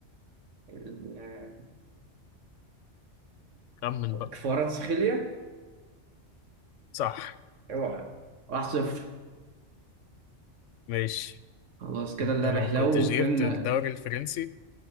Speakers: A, on the right; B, on the left.
A: ال- آه،
B: خمن بقى
A: كفارات سخيليا
B: صح
A: اوعى واحد صفر
B: ماشي
A: خلاص كده
B: انت
A: اللعب
B: لو
A: حلو
B: كنتش
A: وفهمنا
B: جبت الدوري الفرنسي